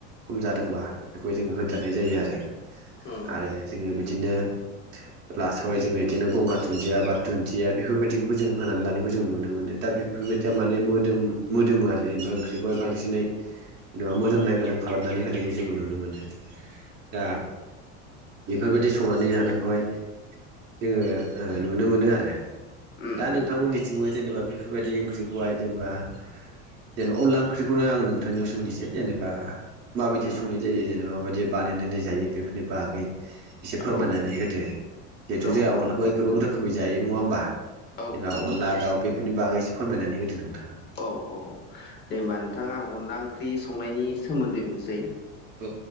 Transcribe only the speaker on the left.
उम
उम
उम
औ
औ
हागोन
औ
औ औ दे हबा नोंथाङा आं अनला ओंख्रि संनायनि सोमोन्दै बुंसै